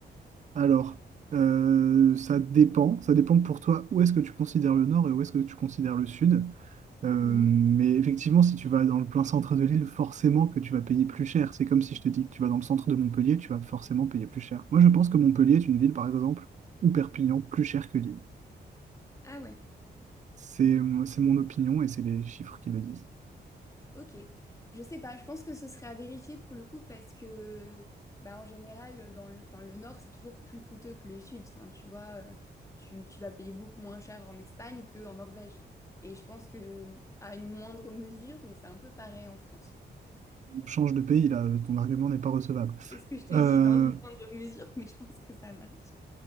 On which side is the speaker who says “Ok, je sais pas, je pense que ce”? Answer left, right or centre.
Left